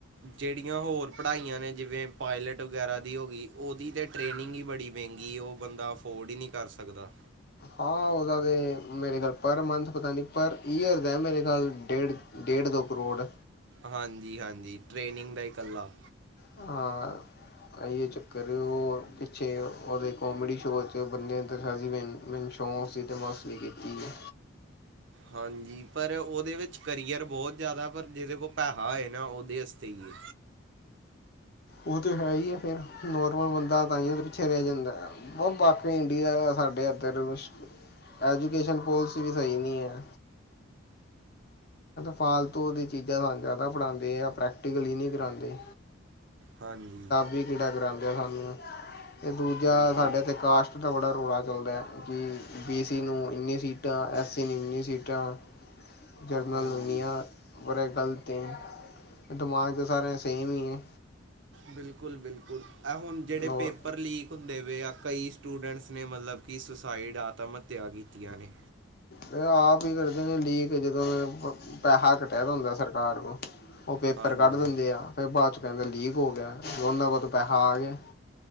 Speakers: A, on the right; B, on the left.
A: ਜੇਹੜੀਆਂ ਹੋਰ ਪੜ੍ਹਾਈਆਂ ਨੇ ਜਿਵੇਂ ਪਾਇਲਟ ਵਗੈਰਾ ਦੀ ਹੋ ਗਈ ਉਹਦੀ ਤਾਂ ਟ੍ਰੇਨਿੰਗ ਈ ਬੜੀ ਮਹਿੰਗੀ ਏ ਉਹ ਬੰਦਾ ਅਫੋਰਡ ਈ ਨੀ ਕਰ ਸਕਦਾ।
B: ਹਾਂ ਉਹਦਾ ਤੇ, ਮੇਰੇ ਪਰ ਮੰਨਥ ਪਤਾ ਨਹੀਂ ਪਰ ਈਅਰ ਦਾ ਮੇਰੇ ਡੇਢ ਡੇਢ- ਦੋ ਕਰੋੜ।
A: ਹਾਂਜੀ-ਹਾਂਜੀ, ਟ੍ਰੇਨਿੰਗ ਦਾ ਈ ਇਕੱਲਾ।
B: ਹਾਂ। ਐ ਹੀ ਚੱਕਰ ਹੋ ਪਿਛੇ ਕੋਮਡੀ ਸ਼ੋ ਵਿਚ ਬੰਦੇ ਦਿਖਾ ਸੀ ਮਿਨਜ। ਸ਼ੌਕ ਸੀ ਤਾਂ ਮਸਟਰੀ ਕੀਤੀ ਏ।
A: ਹਾਂਜੀ, ਪਰ ਉਹਦੇ ਵਿੱਚ ਕਰੀਅਰ ਬਹੁਤ ਜ਼ਿਆਦਾ ਪਰ ਜਿਹਦੇ ਕੋਲ ਪੈਸਾ ਏ ਨਾ ਉਹਦੇ ਵਸਤੇ ਈ ਏ।
B: ਉਹ ਤਾਂ ਹੈ ਈ ਏ ਫੇਰ, ਨੋਰਮਲ ਬੰਦਾ ਤਾਂ ਹੀ ਪਿੱਛੇ ਰਹਿ ਜਾਂਦਾ ਆ। ਬਹੁ ਬਾਕੀ ਇੰਡੀਆ ਐ ਸਾਡੇ ਏਧਰ ਕੁਛ, ਐਜੂਕੇਸ਼ਨ ਪੋਲਿਸੀ ਵੀ ਸਹੀ ਨਹੀਂ ਐ। ਫਾਲਤੂ ਦੀ ਚੀਜ਼ਾਂ ਸਾਨੂੰ ਜ਼ਿਆਦਾ ਪੜ੍ਹਾਦੇ ਆ ਪ੍ਰੈਕਟੀਕਲੀ ਈ ਨੀ ਕਰਾਦੇ।
A: ਹਾਂਜੀ।
B: ਵੀ <unintelligible> ਕਰਾਦੇ ਆ ਸਾਨੂੰ ਤੇ ਦੂਜਾ
A: ਬਿਲਕੁਲ
B: ਸਾਡੇ ਇੱਥ ਕਾਸਟ ਤਾਂ ਬੜਾ ਰੌਲਾ ਚੱਲਦਾ, ਕਿ ਬੀ ਸੀ ਨੂੰ ਏਨੀ ਸੀਟਾਂ ਐੱਸ ਸੀ ਨੂੰ ਏਨੀ ਸੀਟਾਂ ਜਰਨਲ
A: ਹਾਂਜੀ
B: ਨੂੰ ਏਨੀਆਂ ਬੜੇ ਗਲਤ ਐ। ਦਿਮਾਗ ਤਾ ਸਾਰੇ ਸੇਮ ਈ ਐ।
A: ਬਿਲਕੁਲ-ਬਿਲਕੁਲ, ਐ ਹੁਣ ਜਿਹੜੇ ਪੇਪਰ
B: ਔਰ
A: ਪੇਪਰ ਲੀਕ ਹੁੰਦੇ ਪਏ ਆ, ਕਈ ਸਟੂਡੈਂਟਸ ਨੇ ਮਤਲਬ ਕਿ ਸੁਸਾਈਡ ਆਤਮ ਹੱਤਿਆ ਕੀਤੀਆਂ ਨੇ।
B: ਤੇ ਆਪ ਹੀ ਕਰਦੇ ਨੇ ਲੀਕ ਜਦੋਂ ਪੈਸਾ ਘਟਿਆ ਦਾ ਹੁੰਦਾ ਸਰਕਾਰ ਕੋਲ। ਉਹ ਪੇਪਰ
A: ਹਾਂਜੀ
B: ਕੱਢ ਦਿੰਦੇ ਆ, ਫਿਰ ਬਾਅਦ ਚ' ਕਹਿੰਦੇ ਲੀਕ ਹੋ ਗਿਆ ਦੋਨਾਂ ਕੋਲ਼ ਤਾ ਪੈਸਾ ਆ ਗਿਆ। <inaudible>